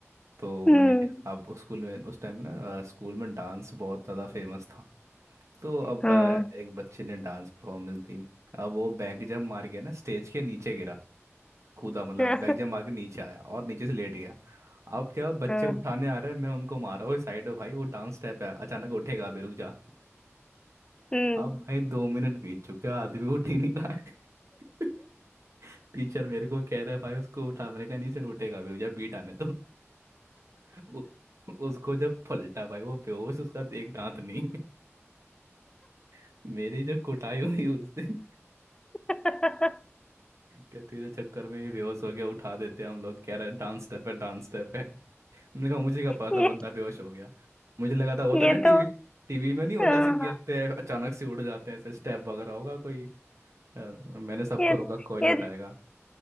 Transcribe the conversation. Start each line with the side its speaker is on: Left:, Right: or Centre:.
Right: तो
Left: हम्म
Right: मैंने क्या अब उस स्कूल में उस टाइम में ना स्कूल में डांस बहुत ज़्यादा फेमस था तो अब
Left: हाँ
Right: अ, एक बच्चे ने डांस परफॉर्मेंस दी अब वो बैक जंप मार के ना स्टेज के नीचे गिरा कूदा मतलब
Left: हाँ
Right: बैक जंप मार के नीचे आया और नीचे से लेट गया अब क्या बच्चे
Left: हाँ,
Right: उठाने आ रहे हैं मैं उनको मारा हुआ साइड हो भाई वो डांस स्टेप है अचानक उठेगा भी रुक जा
Left: हम्म
Right: अब भाई दो मिनट बीत चुके हैं, आदमी उठ ही नहीं रहा है टीचर मेरे को कह रहा है भाई उसको उठा मैंने कहा नहीं सर उठेगा भी जब बीट आने तो <laughs> उ- उसको जब पलटा भाई वो बेहोश उसका एक दांत नहीं <laughs> मेरी जो कुटाई हुई उस दिन <laughs>
Left: <laughs>
Right: क्या तेरे चक्कर में ये बेहोश हो गया उठा देते हैं हम लोग कह रहा है डांस स्टेप है डांस स्टेप है मैंने कहा मुझे क्या पता
Left: ये
Right: था बंदा बेहोश हो गया मुझे लगा था होता
Left: ये
Right: ना
Left: तो
Right: टीवी टीवी में नहीं होता
Left: हाँ,
Right: ऐसे गिरते
Left: हाँ,
Right: हैं अचानक से उड़ जाते हैं ऐसे स्टेप वगैरह होगा कोई अ, मैंने सबको
Left: ये
Right: रोका कोई नहीं
Left: ये
Right: उठाएगा